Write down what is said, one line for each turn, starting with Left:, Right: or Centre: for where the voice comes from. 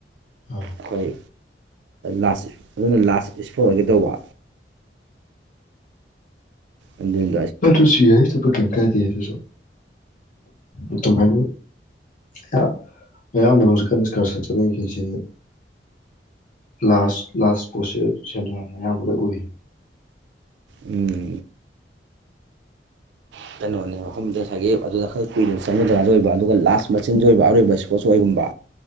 Left: ꯑꯥ
Right: ꯑꯩꯈꯣꯏ ꯂꯥꯁ ꯑꯗꯨꯅ ꯂꯥꯁ ꯏꯁꯄꯣꯔ ꯑꯣꯏꯒ ꯇꯧꯕ ꯑꯗꯨ
Left: ꯑꯗꯨꯁꯨ ꯌꯥꯏꯇꯣꯞꯄ ꯀꯩꯝ ꯀꯥꯏꯗꯦ ꯑꯗꯨꯁꯨ ꯑꯗꯨꯃꯥꯏꯅ ꯌꯥꯝ ꯑꯌꯥꯝꯕꯅ ꯍꯧꯖꯤꯛꯀ ꯅꯤꯁꯀꯥꯔꯁꯟ ꯆꯠꯅꯤꯡꯈꯤꯁꯤ ꯂꯥꯁ ꯂꯥꯁ ꯄꯣꯠꯁꯦ ꯁꯦꯟꯗ꯭ꯔꯥꯅ ꯑꯌꯥꯝꯕ ꯂꯣꯏ ꯑꯣꯏꯏꯌꯦ
Right: ꯎꯝ <unintelligible> ꯃꯐꯝꯗ ꯁꯥꯏꯒꯦ ꯑꯗꯨꯗ ꯈꯔ ꯀꯨꯏꯅ ꯆꯪꯅꯗ꯭ꯔꯥꯗ ꯑꯣꯏꯕ ꯑꯗꯨꯒ ꯂꯥꯁ ꯃꯆꯤꯟꯁꯨ ꯑꯣꯏꯕ ꯑꯔꯣꯏꯕ ꯁ ꯏꯁꯄꯣꯔꯠꯁ ꯑꯣꯏꯒꯨꯝꯕ